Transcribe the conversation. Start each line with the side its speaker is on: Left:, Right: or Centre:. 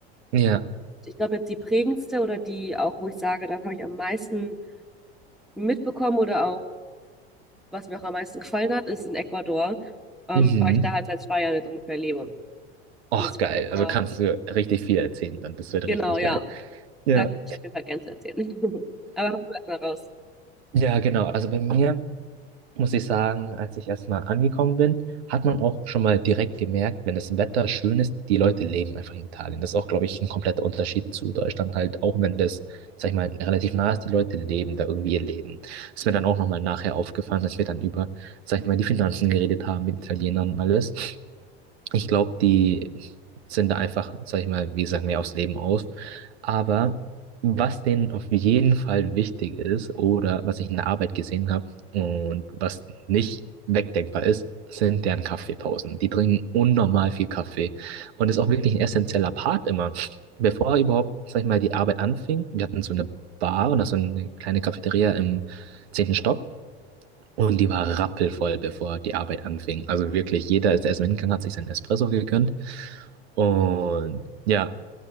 Right: Ja.
Centre: Ich glaube, jetzt die prägendste oder die auch, wo ich sage, da habe ich am meisten mitbekommen oder auch, was mir auch am meisten gefallen hat, ist in Ecuador, ähm,
Right: Mhm.
Centre: weil ich da halt seit zwei Jahren jetzt ungefähr lebe. Und
Right: Och,
Centre: das,
Right: geil.
Centre: genau,
Right: Also kannst du richtig viel erzählen dann. Das wird
Centre: genau,
Right: richtig
Centre: ja.
Right: geil.
Centre: Da
Right: Ja.
Centre: kann ich auf jeden Fall gerne zu erzählen. <laughs> Aber hau du erst mal raus.
Right: Ja, genau. Also bei mir muss ich sagen, als ich erstmal angekommen bin, hat man auch schon mal direkt gemerkt, wenn das Wetter schön ist, die Leute leben einfach in Italien. Das ist auch, glaube ich, ein kompletter Unterschied zu Deutschland halt, auch wenn das, sag ich mal, relativ nah ist, die Leute leben da irgendwie ihr Leben. Das Ist mir dann auch nochmal nachher aufgefallen, dass wir dann über, sag ich mal, die Finanzen geredet haben mit Italienern und alles. Ich glaube, die sind da einfach, sag ich mal, wie gesagt, mehr aufs Leben aus. Aber was denen auf jeden Fall wichtig ist oder was ich in der Arbeit gesehen habe und was nicht wegdenkbar ist, sind deren Kaffeepausen. Die trinken unnormal viel Kaffee und ist auch wirklich ein essentieller Part immer. Bevor überhaupt, sag ich mal, die Arbeit anfing, wir hatten so eine Bar oder so eine kleine Cafeteria im zehnten Stock. Und die war rappelvoll, bevor die Arbeit anfing. Also wirklich, jeder ist erstmal hingegangen, hat sich seinen Espresso gegönnt. Und ja,